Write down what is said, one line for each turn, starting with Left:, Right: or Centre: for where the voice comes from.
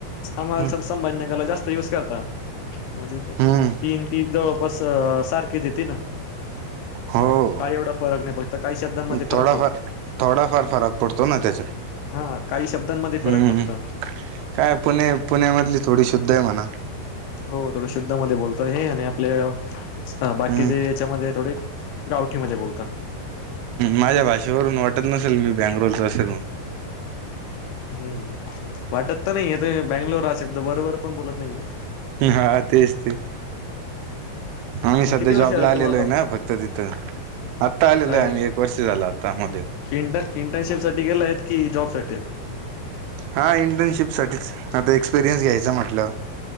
Left: आमाल
Right: हम्म
Left: स संभाजीनगरला जास्त युज करतात म्हणजे
Right: हम्म
Left: तीन ती जवळपास अ सारखे देते ना
Right: हो
Left: काय एवढा फरक नाही फरक तर काही शब्दांमध्ये फरक
Right: थोडाफार
Left: पडतो
Right: थोडाफार फरक पडतो ना त्याच्यात
Left: हा काही शब्दांमध्ये फरक
Right: हम्म
Left: पडतो
Right: काय पुणे पुण्यामधली थोडी शुद्ध आहे म्हणा
Left: हो थोडं शुद्धामध्ये बोलत हे आणि आपले बाकीचे
Right: हम्म
Left: याच्यामध्ये थोडे गावठीमध्ये बोलता
Right: माझ्या भाषेवरून वाटतं नसेल मी बँंगलोरचं असेल
Left: हम्म वाटतं तर नाही तुम्ही बॅंगलोर हा शब्द बरोबर पण बोलत नाहीये
Right: हा तेच ते आम्ही
Left: तुम्ही
Right: सध्या
Left: किती
Right: जॉबला
Left: वर्ष आलात
Right: ला आलेलो
Left: तुम्हाला
Right: आहे ना फक्त तिथं आत्ता आलेलो
Left: काय
Right: आहे आम्ही एक वर्ष झालं आता मध्ये
Left: इंटर्नशिप साठी गेलेय की जॉब साठी
Right: हा इंटर्नशिप साठीच आता एक्सपिरियन्स घ्यायचा म्हटलं.